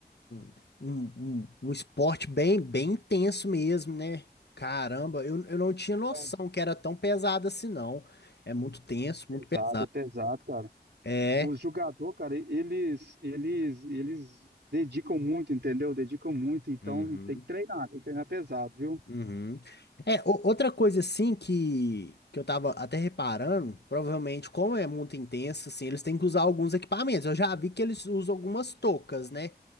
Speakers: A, on the left (about 75°); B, on the right (about 75°).
A: um, um, um, um esporte bem, bem intenso mesmo, né? Caramba, eu, eu não tinha noção
B: Então,
A: que era tão pesado assim, não. É muito tenso,
B: pesado,
A: muito pesado.
B: é pesado, cara.
A: É.
B: O jogador, cara, eles, eles, eles dedicam muito, entendeu? Dedicam muito, então
A: Uhum.
B: tem que treinar, tem que treinar pesado, viu?
A: Uhum. É, o- outra coisa assim que, que eu tava até reparando, provavelmente, como é muito intenso, assim, eles têm que usar alguns equipamentos. Eu já vi que eles usam algumas toucas, né?